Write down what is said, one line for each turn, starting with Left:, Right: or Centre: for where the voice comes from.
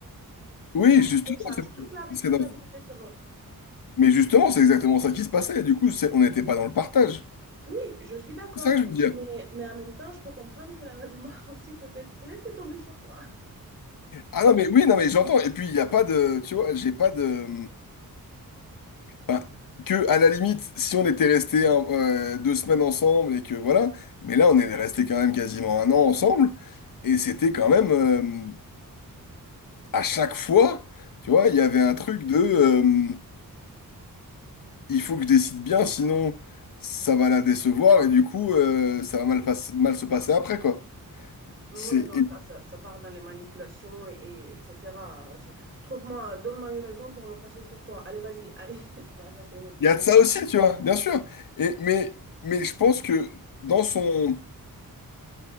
Left: Oui,
Right: Là,
Left: justement,
Right: tu te charges
Left: c'est
Right: toute la responsabilité
Left: c'est dans-
Right: sur l'autre.
Left: mais justement, c'est exactement ça qui se passait, et du coup, c'est- on n'était pas dans le partage.
Right: Oui, je suis d'accord.
Left: C'est ça que je veux dire.
Right: Mais, mais en même temps, je peux comprendre qu'elle en avait marre aussi, peut-être. Peut-être c'est tombé sur toi.
Left: Ah non, mais oui, non, mais j'entends, et puis il n'y a pas de, tu vois, j'ai pas de. Bah, que à la limite, si on était resté un- euh, deux semaines ensemble et que voilà, mais là on est resté quand même quasiment un an ensemble et c'était quand même euh, à chaque fois, tu vois, il y avait un truc de euh, il faut que je décide bien, sinon ça va la décevoir et du coup euh, ça va mal, pas- mal se passer après quoi.
Right: Ouais,
Left: C'est
Right: non,
Left: et
Right: ça, ça, ça part dans les manipulations et, et etc. Je- Trouve-moi, donne-moi une raison pour me fâcher sur toi. Allez, vas-y, allez. <laughs> Tu vois, ça, c'est une autre histoire.
Left: il y a de ça aussi, tu vois, bien sûr. Et mais mais je pense que dans son